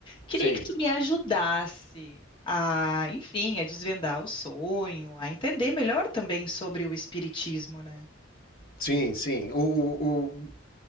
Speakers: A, on the left; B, on the left.
A: Queria
B: Sim,
A: que tu me ajudasse a, enfim, a desvendar o sonho, a entender melhor também sobre o espiritismo, né?
B: sim, sim. O- o-